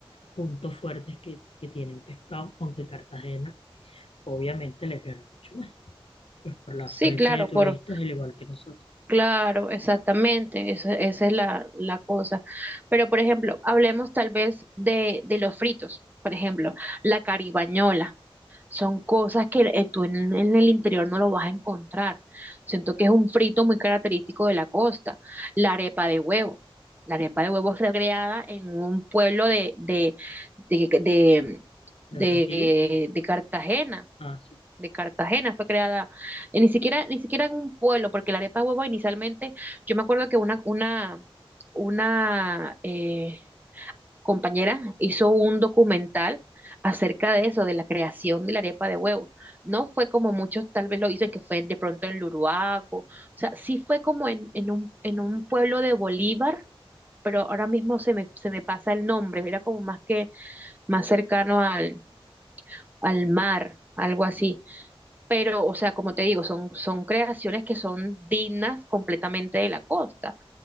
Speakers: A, on the left; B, on the right.
A: puntos fuertes que, que tienen pescado, aunque Cartagena obviamente le gana mucho más, pues por la
B: Sí,
A: afluencia
B: claro,
A: de turistas,
B: por,
A: al igual que nosotros.
B: Claro, exactamente, esa, esa es la, la cosa. Pero, por ejemplo, hablemos tal vez de, de los fritos, por ejemplo, la caribañola. Son cosas que eh, tú en, en el interior no lo vas a encontrar. Siento que es un frito muy característico de la costa. La arepa de huevo. La arepa de huevo fue creada en un pueblo de, de, de, de,
A: De
B: de
A: Barranquilla,
B: de Cartagena
A: ah, sí,
B: de Cartagena, fue creada eh, ni siquiera, ni siquiera en un pueblo, porque la arepa de huevo inicialmente, yo me acuerdo que una, una, una eh, compañera hizo un documental acerca de eso, de la creación de la arepa de huevo. No fue como muchos tal vez lo dicen que fue de pronto en Luruaco, o sea, sí fue como en, en un, en un pueblo de Bolívar, pero ahora mismo se me, se me pasa el nombre, era como más que más cercano al, al mar, algo así pero, o sea, como te digo, son, son creaciones que son dignas completamente de la costa.